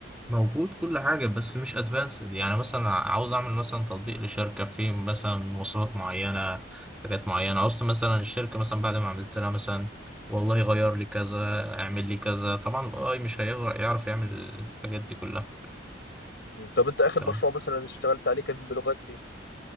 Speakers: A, in the centre; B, on the left.
A: موجود كل حاجة بس مش ادفانسد يعني مثلا عاوز اعمل مثلا تطبيق لشركة في مثلا مواصفات معينة حاجات معينة عاوزت مثلا الشركة مثلا بعد ما عملت لها مثلا والله غير لي كذا اعمل لي كذا طبعا الاي مش هيعرف يعرف يعمل الحاجات دي كلها
B: طب انت اخر
A: تمام
B: مشروع مثلا اشتغلت عليه كان بلغات ايه